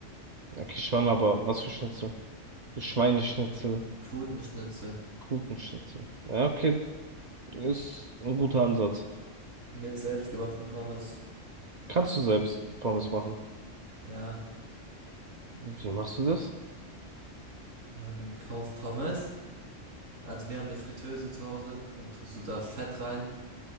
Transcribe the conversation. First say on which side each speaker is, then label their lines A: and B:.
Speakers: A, on the right; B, on the right.
A: Okay, schon, aber was für Schnitzel? So Schweineschnitzel,
B: Putenschnitzel
A: Putenschnitzel. Ja, okay, ist ein guter Ansatz.
B: mit selbstgemachten Pommes.
A: Kannst du selbst Pommes machen?
B: Ja,
A: Wie machst du das?
B: man kauft Pommes. Also wir haben eine Fritteuse zu Hause, dann tust du da Fett rein.